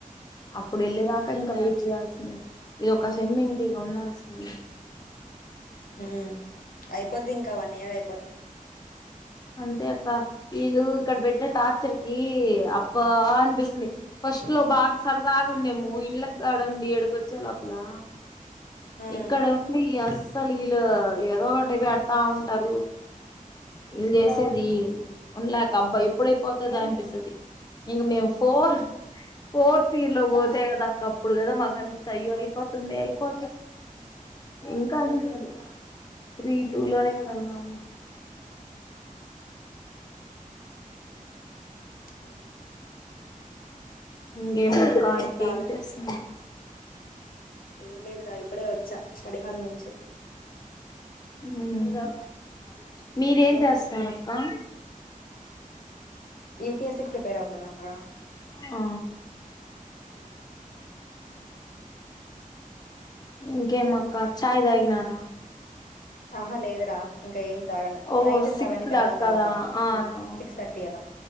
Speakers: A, on the left; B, on the left.
A: అప్పుడు వెళ్ళేదాకా ఇంకా వెయిట్ చేయాల్సిందే ఇదోక సెమ్ ఇంక ఇగా ఉండాల్సిందే.
B: హ్ అయిపోద్ది ఇంకా వన్ ఇయర్ అయిపోతే.
A: అంతే అక్క వీళ్ళు ఇక్కడ పెట్టే టార్చర్ కి అబ్బా అనిపిస్తుంది. ఫస్ట్ లో బాగా సరదాగా ఉండేము ఇండ్ల కాడ ఉండి ఇడుకొచ్చే లోపలా
B: ఉమ్
A: ఇక్కడ ఉంది అస్ సలు వీళ్ళు ఏదో ఒకటి పెడతా ఉంటారు, వీళ్ళు చేసేది ఉండలేక అబ్బా ఎప్పుడైపోతది అనిపిస్తది. ఇగ మేము ఫోర్ ఫోర్ తీర్లో పోతే కదా అక్క అప్పుడు కదా మాకునిపిస్త అయ్యో అయిపోతుంది అయిపో ఇంకా అ త్రీ టూ లోనే కదా ఉన్నాము.
B: ఆ
A: ఇంకేం
B: అయిపోద్దిలే
A: అక్కా
B: ఇంక
A: ఇంకేం
B: కాలే
A: చేస్తున్నావ్.
B: ఏం లేదురా ఇప్పుడే వచ్చా స్టడీ హాల్ నుంచి.
A: హ్మ్ మీరేం చేస్తున్నారు అక్కా.
B: యూపిఎస్సికి ప్రిపేర్ అవుతున్నారా.
A: ఆ
B: హ
A: ఇంకేం అక్కా చాయ్ దాగినారా.
B: ఆహ లేదురా. ఇంకా ఏమి తాగన
A: ఓ
B: నైట్
A: సిక్స్
B: సెవెన్ కి
A: దాక్కదా
B: అలా తాగుతా
A: ఆ అవును
B: సిక్స్ థర్టీ అలా